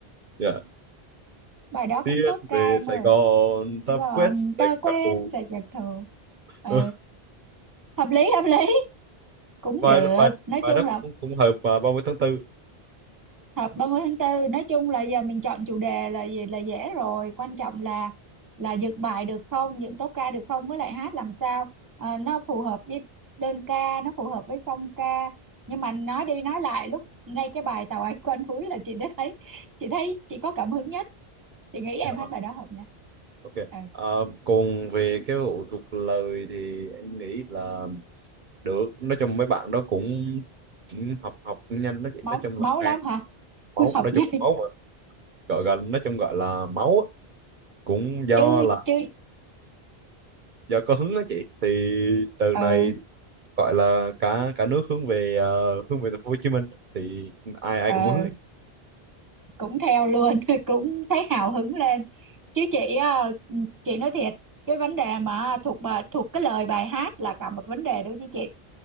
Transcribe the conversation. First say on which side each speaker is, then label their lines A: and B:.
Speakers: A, on the right; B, on the right.
A: Dạ
B: bài đó cũng
A: tiến
B: top ca
A: về
B: em
A: Sài
B: ơi
A: Gòn ta
B: Thế còn
A: quét sạch
B: ta quét
A: giặc thù
B: sẽ giật thù ừ
A: <laughs>
B: hợp lý hợp lý cũng
A: bài
B: được
A: bài
B: nói
A: bài
B: chung
A: đó
B: là
A: cũng cũng hợp vào ba mươi tháng tư
B: họp ba mươi tháng tư nói chung là giờ mình chọn chủ đề là gì là dễ rồi quan trọng là là dựng bài được không dựng tốp ca được không với lại hát làm sao Ờ, nó phù hợp với đơn ca nó phù hợp với song ca nhưng mà nói đi nói lại lúc ngay cái bài Tàu Anh Quanh Núi là chị đã thấy chị thấy chị có cảm hứng nhất chị nghĩ em
A: dạ vâng
B: hát bài đó hợp nha
A: ok
B: ừ.
A: à, còn về cái vụ thuộc lời thì em nghĩ là được nói chung mấy bạn đó cũng cũng học học cũng nhanh nói,
B: máu
A: nói chung
B: máu
A: là nghe
B: lắm hả
A: máu
B: <laughs> hợp
A: nói
B: nhai
A: chung là máu mà gọi gần nói chung gọi là máu á. cũng do
B: chứ
A: là
B: chứ
A: do có hứng á chị thì từ này
B: ừ
A: gọi là cả cả nước hướng về ờ, hướng về thành phố Hồ Chí Minh thì ai ai
B: ừ
A: cũng hứng ấy.
B: cũng theo luôn <laughs> cũng thấy hào hứng lên chứ chị ờ, chị nói thiệt cái vấn đề mà thuộc bài thuộc cái lời bài hát là cả một vấn đề đối với chị